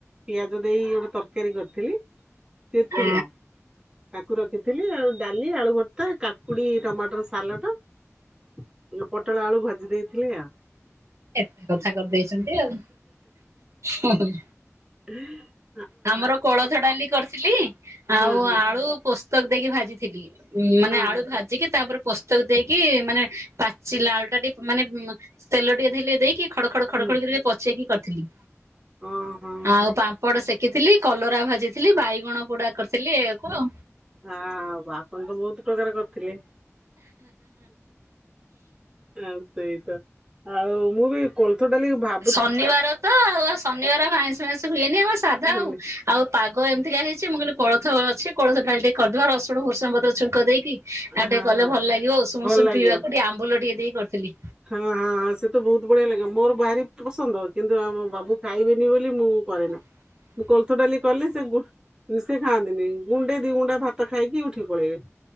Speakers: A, on the right; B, on the right.
A: ପିଆଜ ଦେଇ ଗୋଟେ ତରକାରୀ କରିଥିଲି। ସିଏ ଥିଲା
B: ଆ
A: କାକୁ ରଖିଥିଲି ଆଉ ଡାଲି ଆଳୁ ଭର୍ତ୍ତା କାକୁ କୁଡି ଟମାଟର ସାଲଡ଼ ପୋଟଳ ଆଳୁ ଭାଜି ଦେଇଥିଲେ ଆ
B: ଏତେ କଥା କରିଦେଇଛନ୍ତି ଆଉ।
A: ହୁଁ
B: ଆମର କୋଳଥ ଡାଲି କରିଥିଲି ଆଉ
A: ହଁ ହଁ
B: ଆଳୁ ପୋସ୍ତକ ଦେଇକି ଭାଜିଥିଲି। ଉଁ ମାନେ
A: ହଁ
B: ଆଳୁ
A: ହଁ
B: ଭାଜିକି ତାପରେ ପୋସ୍ତକ ଦେଇକି ମାନେ ପା ସେ ଲାଳ ଟା ଟିକେ ମାନେ ତେଲ ଟିକେ ଥିଲେ ଦେଇକି ଖଡ ଖଡ ଖଡ
A: ହୁଁ
B: ଖଡ଼ ଟିକେ ପଚେଇକି କରିଥିଲି।
A: ଓହୋ
B: ଆଉ ପାମ୍ପଡ଼ ସେକିଥିଲି କ କଲରା ଭାଜିଥିଲି ବାଇଗଣ ପୁଡା କରିଥିଲି ଏୟାକୁ
A: ହଁ ଆପଣ ତ ବହୁତ ପ୍ରକାର କରିଥିଲେ। ସେଇ ତ ଆଉ ମୁଁ ବି କଳୋଥ ଡାଲି ଭା
B: ଶନିବାର ତ ଆଉ ଶନିବାର ଆଇଁଷ ମାଇଁଷ ହୁଏନି ଆମର ସାଧା
A: ହନି
B: ଆଉ। ଆଉ ପାଗ ଏମିତିକା ହେଇଛି ମୁଁ କହିଲି କୋଳଥ ଅଛି କଳଥ ଡାଲି ଟିକେ କରିଦବା ରସୁଣ ଭୂର୍ସଂଗ ପତ୍ର ଛୁଙ୍କ ଦେଇକି। ଆଉ
A: ହଁ
B: ଟିକେ କଲେ
A: ହଁ
B: ଭଲ ଲାଗିବ ଉଷୁମ
A: ଭଲ
B: ଉଷୁମ
A: ଲାଗିବ।
B: ପିଇବାକୁ ଟିକେ ଆମ୍ବୁଲ ଟିକେ ଦେଇକ କରିଥିଲି।
A: ହଁ ହଁଁ ସେ ତ ବହୁତ ବଢିଆ ଲାଗେ ମୋର ବାହାରି ପସନ୍ଦ କିନ୍ତୁ ଆମ ବାବୁ ଖାଇବେନି ବୋଲି ମୁଁ କରେ ନା।
B: ହ
A: ମୁଁ କୋଲଥ ଡାଲି କଲେ ସେ ସେ ଖାଆନ୍ତିନି ଗୁଣ୍ଡେ ଦି ଗୁଣ୍ଡା ଭାତ ଖାଇକି ଉଠି ପଳେଇବେ।